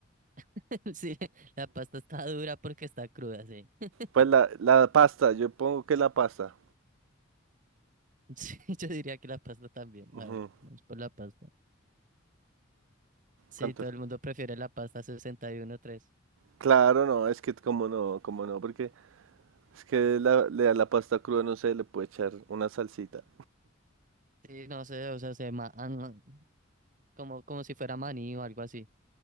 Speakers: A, on the right (about 40°); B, on the right (about 70°).
A: <laughs> Sí, la pasta está dura porque está cruda, sí. <laughs>
B: Pues la, la pasta, yo pongo que la pasta.
A: Sí, yo diría que la pasta también.
B: Ujú,
A: A ver, vamos por la pasta. Sí,
B: ¿Cuánto?
A: todo
B: es la-
A: el mundo prefiere la pasta Sesenta y uno tres.
B: Claro, no, es que como no, como no, porque es que la, le- a la pasta cruda no se le puede echar una salsita.
A: Sí, no sé, o sea, se ma ah, no, como, como si fuera maní o algo así.